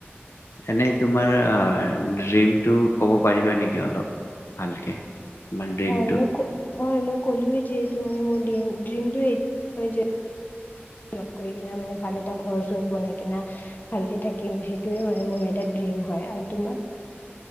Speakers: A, on the left (about 80°); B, on the left (about 45°).
A: এনেই তোমাৰ অ', ড্ৰীমটো ক'ব পাৰিবা নেকি অলপ ভালকে? তোমাৰ ড্ৰিমটো
B: হয় মই কো হয় মই ক'লোৱেই যিহেতু মানে মোৰ ড্ৰিমটোৱে সেইটোৱে যে জ'ব কৰি কি মানে ভাল এটা ঘৰ চৰ বনাই কিনা ভালকৈ থাকিম সেইটোৱে মানে মোৰ এটা ড্ৰিম হয় আৰু তোমাৰ?